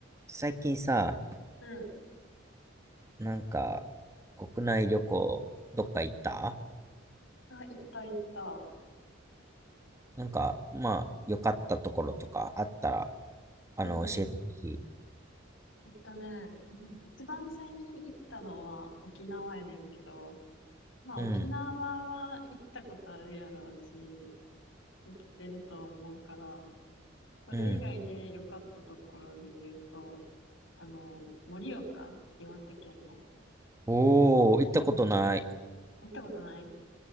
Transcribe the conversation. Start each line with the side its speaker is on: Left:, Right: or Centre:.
Right: 最近さ、
Left: うん。
Right: なんか、国内旅行、どっか行った
Left: あ、行った行った。
Right: なんか、まあ、良かったところとかあったら、
Left: うん。
Right: あの、教えてほしい。
Left: 行ったね。うん一番最近行ったのは沖縄やねんけど、まあ沖縄は行ったことあるやろうし、
Right: うん、
Left: 知ってると思うから、それ以外で良かったところで言うと、
Right: うん。
Left: あの、盛岡、岩手県の。
Right: おー、行ったことない。
Left: 行ったことない